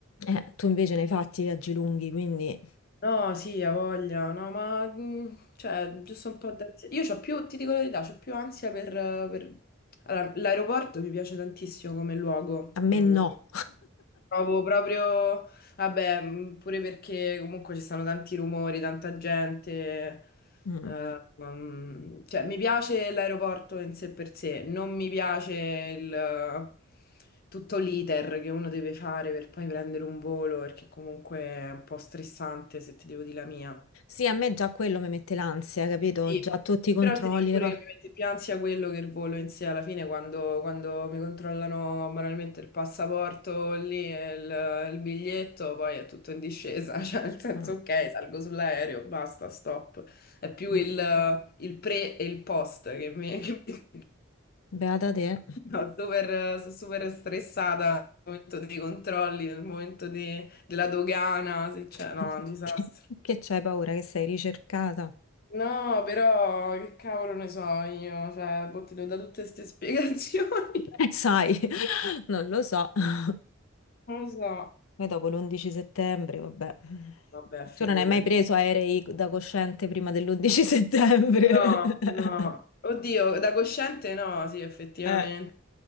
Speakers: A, on the left (about 90°); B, on the left (about 45°).
A: Eh, tu invece ne hai fatti viaggi lunghi, quindi
B: No, sì, ha voglia, no, ma mm, cioè, giusto un po' d'ansia. Io c'ho più, ti dico la verità, c'ho più ansia per... per- Allora, l'aeroporto mi piace tantissimo come luogo.
A: a me
B: Mm,
A: no.
B: Trovo proprio, vabbè, mh, pure perché comunque ci stanno tanti rumori, tanta gente.
A: Mm.
B: eh, mm, cioè, mi piace l'aeroporto in sé per sé, non mi piace il, eh, tutto l'iter che uno deve fare per poi prendere un volo, perché comunque è un po' stressante se ti devo dire la mia.
A: Sì, a me già quello mi mette l'ansia, capito?
B: Sì,
A: Già tutti i controlli,
B: però ti dico pure
A: le cose.
B: che mi mette più ansia quello che il volo in sé alla fine quando, quando mi controllano banalmente il passaporto lì e il, il biglietto, poi è tutto in discesa, <laughs> cioè nel senso
A: Mm,
B: ok, salgo sull'aereo, basta, stop. È più
A: mm.
B: il, il pre e il post che mi... Che mi-
A: Beata te,
B: <laughs> no, super, sono super stressata nel momento dei controlli, nel momento di- della dogana, se c'è,
A: <laughs>
B: no, è un disastro.
A: che che c'hai paura che sei ricercata.
B: No, però che cavolo ne so io, cioè, boh, ti do da tutte queste spiegazioni.
A: Eh,
B: <laughs>
A: sai, <laughs> non lo so. <laughs>
B: Non lo so.
A: Poi dopo l'11 settembre, vabbè.
B: Vabbè, figurati.
A: Tu non hai mai preso aerei da cosciente prima dell'11 settembre?
B: No,
A: <laughs>
B: no. Oddio, da cosciente no, sì, effettivamente.
A: Eh,